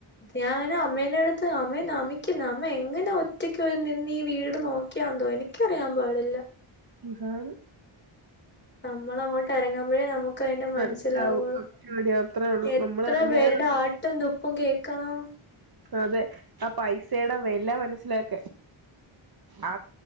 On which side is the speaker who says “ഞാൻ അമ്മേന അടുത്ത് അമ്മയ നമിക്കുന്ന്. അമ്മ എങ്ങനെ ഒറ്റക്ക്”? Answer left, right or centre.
Left